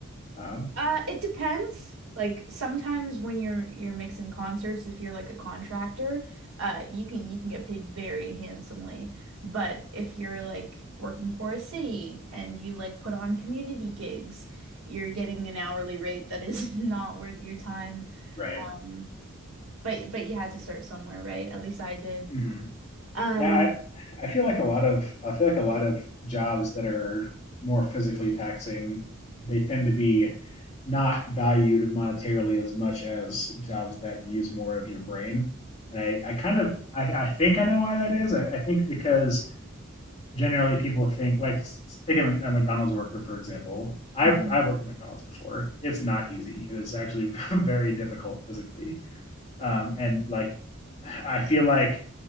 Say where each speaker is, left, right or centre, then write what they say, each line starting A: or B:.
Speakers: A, on the left; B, on the right.
A: Um,
B: Uh, it depends. Like sometimes when you're you're mixing concerts, if you're like a contractor, uh, you can you can get paid very handsomely. But if you're like working for a city and you like put on community gigs, you're getting an hourly rate that is <laughs> not worth your time.
A: right.
B: Um, but but you had to start somewhere, right? At least I did.
A: Mm-hmm.
B: Um,
A: Yeah, I, I feel like a lot of I feel like a lot of jobs that are more physically taxing, they tend to be not valued monetarily as much as jobs that use more of your brain. And I, I kind of I, I think I know why that is. I, I think because generally people think like s- take a, Mc- a McDonald's worker for example. I've
B: Mhm.
A: I've worked at McDonald's before. It's not easy. It is actually <laughs> very difficult physically um, and like, I feel like